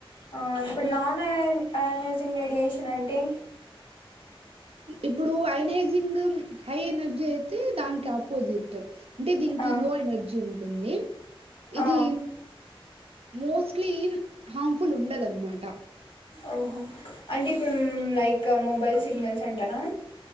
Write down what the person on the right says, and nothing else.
ఇప్పుడు అయనైజింగ్ హై ఎనర్జీ అయితే దానికి ఆపోజిట్ అంటే దీనికి
లో ఎనర్జీ ఉంటుంది ఇది
మోస్ట్లీ హార్మ్ఫుల్ ఉండదనమాట